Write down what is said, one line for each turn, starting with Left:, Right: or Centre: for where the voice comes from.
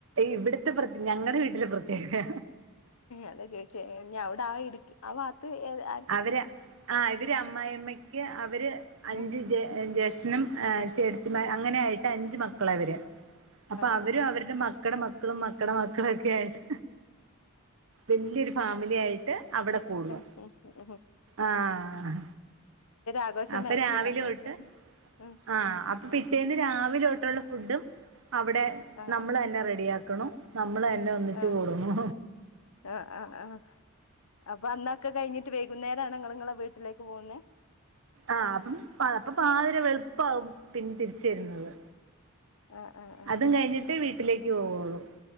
Right: ഇവിട്ത്തെ പ്ര ഞങ്ങടെ വീട്ടിലെ പ്രത്യേകതെ
Left: അതാ ചോയിച്ചേ ഇഞ്ഞ് അവടെ ആ ഇട് ആ വാ ത്ത് ഏത് അ
Right: അവര് ആഹ് ഇവര് അമ്മായിമ്മയ്ക്ക് അവര് അഞ്ച്
Left: ആഹ്
Right: ജേ ജേഷ് ട്ടനും ചേട്ടത്തിന്മാരും അങ്ങനായിട്ട് അഞ്ച് മക്കള ഇവര് അപ്പൊ അവരും
Left: ആഹ് ആഹ്
Right: അവര്ടെ മക്കടെ മക്കളും മക്കടെ മക്കളോക്കായിട്ട് വല്ല്യോരു ഫാമിലി ആയിട്ട് അവിടെ കൂടുവാ
Left: ഉ ഉ
Right: ആഹ്
Left: ആഘോഷം തന്നെ
Right: അപ്പ
Left: ആയിരിക്കുവല്ലോ
Right: രാവിലെ
Left: അന്ന്
Right: തൊട്ട്
Left: ഉം
Right: ആഹ് അപ്പൊ പിറ്റേന്ന്
Left: ഉം
Right: രാവിലൊട്ട്ള്ള ഫുഡും അവിടെ
Left: ആഹ്
Right: നമ്മളെന്നെ
Left: ആഹ്
Right: റെഡിയാക്കണം നമ്മളെന്നെ ഒന്നിച്ച്
Left: ആഹ്
Right: കൂടണം
Left: ആഹ് ആഹ് ആഹ് അപ്പൊ അന്നൊക്കെ കഴിഞ്ഞിട്ട് വൈകുന്നേരാണോ ഇങ്ങള് ഇങ്ങളെ വീട്ടിലേക്ക് പോകുന്നെ
Right: ആഹ് അപ്പം അപ്പൊ പാതിര വെള്പ്പാവും പിന്നെ തിരിച്ച് വര്ന്നത്
Left: ആഹ് ആഹ് ആഹ്
Right: അതും കഴിഞ്ഞിട്ട് വീട്ടിലേക്ക് പോവൊള്ളു